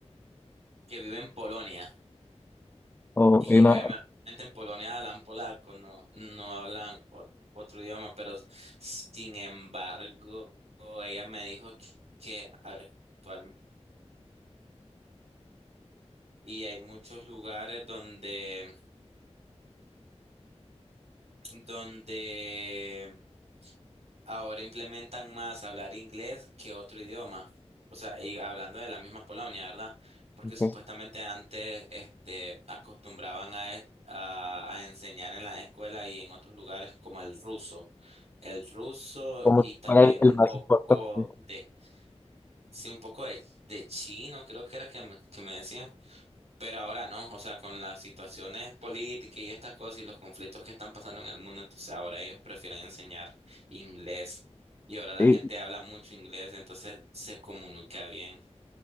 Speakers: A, on the right; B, on the left.
A: que vive en Polonia
B: O
A: y
B: hay una
A: obviamente en Polonia hablan polaco, no, no hablan ot- otro idioma, pero sin embargo, ella me dijo que que actualmente Y hay muchos lugares donde, donde ahora implementan más hablar inglés que otro idioma. O sea, y hablando de la misma Polonia, ¿verdad? Porque
B: que
A: supuestamente
B: es
A: antes, este, acostumbraban a, es- a, a enseñar en la escuela y en otros lugares como el ruso. El ruso
B: como
A: y
B: si
A: también
B: fuera el,
A: un
B: el más
A: poco
B: importante.
A: de, sí, un poco de, de chino, creo que era que me, que me decían. Pero ahora no, o sea, con las situaciones políticas y estas cosas y los conflictos que están pasando en el mundo, entonces ahora ellos prefieren enseñar inglés y ahora la
B: Y,
A: gente habla mucho inglés, entonces se comunica bien.